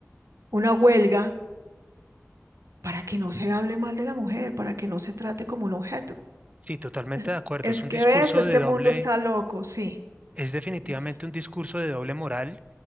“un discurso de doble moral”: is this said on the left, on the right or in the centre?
Right